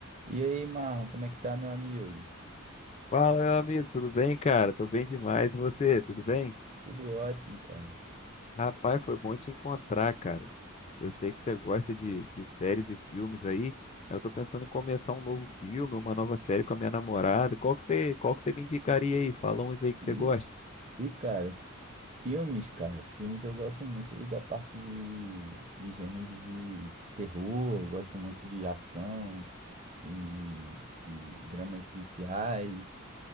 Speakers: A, on the right; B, on the left.
A: E aí, Marlon, como é que tá, meu amigo?
B: Fala, meu amigo, tudo bem, cara? Tô bem demais. E você, tudo bem?
A: Tudo ótimo, cara.
B: Rapaz, foi bom te encontrar, cara. Eu sei que você gosta de, de séries e filmes aí. Eu tô pensando em começar um novo filme, uma nova série com a minha namorada. Qual que você, qual que você me indicaria aí? Fala uns aí que
A: E,
B: você gosta.
A: e cara, filmes, cara, filmes eu gosto muito da parte de, de gêneros de terror, eu gosto muito de ação, filmes de, de dramas policiais.